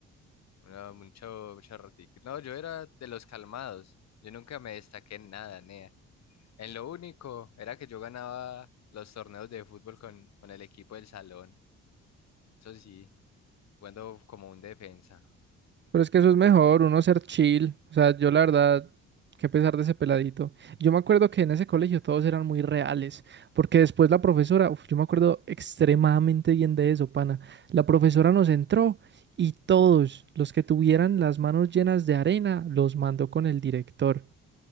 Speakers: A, on the left (about 60°); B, on the right (about 40°).
A: No, mucho, mucho ratito. No, yo era de los calmados. Yo nunca me destaqué en nada, nea. En lo único era que yo ganaba los torneos de fútbol con, con el equipo del salón. Eso sí, jugando como un defensa.
B: Pero es que eso es mejor, uno ser chill. O sea, yo la verdad, qué pesar de ese peladito. Yo me acuerdo que en ese colegio todos eran muy reales, porque después la profesora, uf, yo me acuerdo extremadamente bien de eso, pana. La profesora nos entró y todos los que tuvieran las manos llenas de arena los mandó con el director.